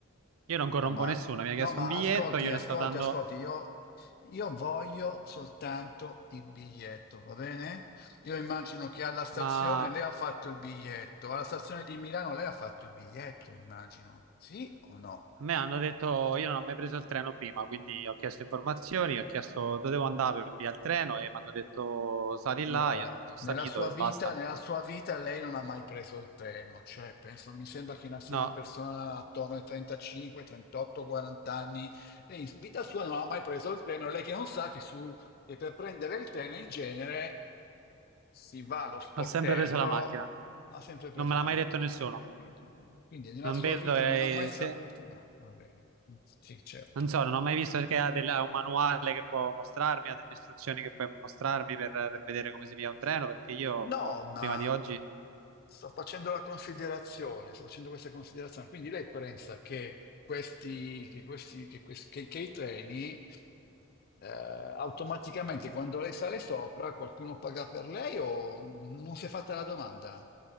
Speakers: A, on the right (about 70°); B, on the left (about 45°).
A: Io non corrompo
B: No, ma,
A: nessuno. Mi ha
B: no,
A: chiesto
B: ma
A: un biglietto,
B: ascolti,
A: io
B: ascolti,
A: le sto dando.
B: ascolti, io, io voglio soltanto il biglietto, va bene? Io immagino che alla stazione
A: Ma a
B: lei ha fatto il biglietto, alla stazione di Milano lei ha fatto il biglietto, immagino, sì o no?
A: me hanno detto, io non ho mai preso il treno prima, quindi ho chiesto informazioni, ho chiesto dove devo andare per via il treno e mi hanno detto sali là,
B: Allora,
A: io sono
B: nella
A: salito
B: sua
A: e
B: vita,
A: basta.
B: nella sua vita lei non ha mai preso il treno, cioè penso, mi sembra che sia
A: No,
B: una persona attorno ai 35, 38, 40 anni, e in vita sua non ha mai preso il treno, lei che non sa che, su, che per prendere il treno in genere si va allo sportello,
A: ho sempre preso la macchina.
B: ha sempre preso
A: Non me l'ha
B: la
A: mai
B: macchina,
A: detto nessuno.
B: ho capito. Quindi nella
A: Non
B: sua
A: vedo
B: vita
A: eh,
B: non ha mai saputo,
A: se-
B: no, va bene, sì, certo.
A: Non so, non ho mai visto che ha, del- ha un manuale che può mostrarmi, ha delle istruzioni che puoi mostrarmi per, per vedere come si via un treno, perché io
B: No, ma
A: prima di oggi...
B: sto facendo la considerazione, sto facendo questa considerazione. Quindi lei pensa che questi, che questi, che questi- che- che i treni eh, automaticamente quando lei sale sopra qualcuno paga per lei o non si è fatta la domanda?